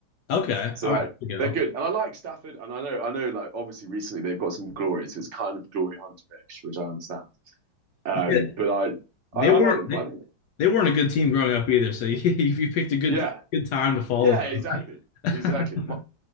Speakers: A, on the left (about 70°); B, on the right (about 45°).
A: Okay.
B: So
A: All
B: like
A: right, there we go.
B: they're good, and I like Stafford, and I know I know like obviously recently they've got some glory, so it's kind of glory hunterish, which I understand. Um,
A: Yeah,
B: but I,
A: they
B: I I
A: weren't
B: like them.
A: they,
B: I think
A: they weren't a good team growing up either, so <laughs> you, you picked a good
B: yeah,
A: good time to follow
B: yeah, exactly,
A: them.
B: exactly.
A: <laughs>
B: My